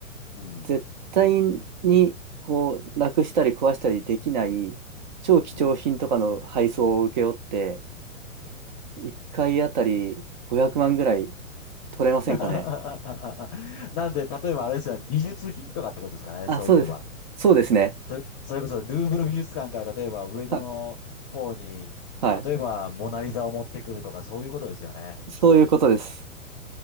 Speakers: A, on the left (about 25°); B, on the right (about 35°).
A: うん、
B: 絶対にこうなくしたり壊したりできない超貴重品とかの配送を請け負って、
A: うん。
B: 1回あたり500万ぐらい取れませんかね。
A: <laughs> なんで、例えばあれですよね、美術品とかってことですかね、
B: あ、
A: そういえば。
B: そうです。そうですね。
A: それ、それこそルーブル美術館から例えば上野の方に、
B: は、はい。
A: 例えばモナリザを持ってくるとかそういうことですよね。
B: そういうことです。